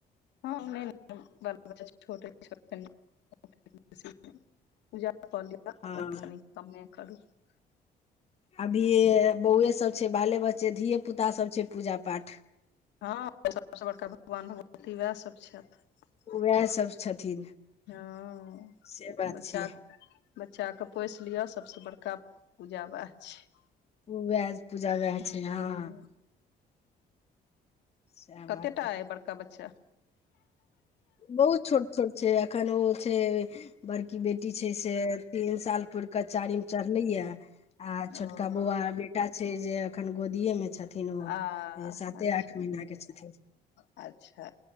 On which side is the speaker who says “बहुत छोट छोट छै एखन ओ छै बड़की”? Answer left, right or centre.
Left